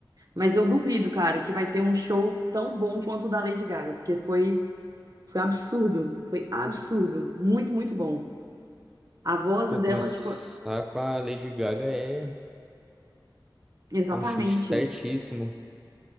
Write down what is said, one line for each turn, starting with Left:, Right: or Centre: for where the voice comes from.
Right: Mas eu duvido, cara, que vai ter um show tão bom quanto o da Lady Gaga, porque foi foi absurdo, foi absurdo, muito, muito bom. A voz
Centre: Pô,
Right: dela,
Centre: começar
Right: tipo,
Centre: com a Lady Gaga é,
Right: exatamente,
Centre: é um chute certíssimo.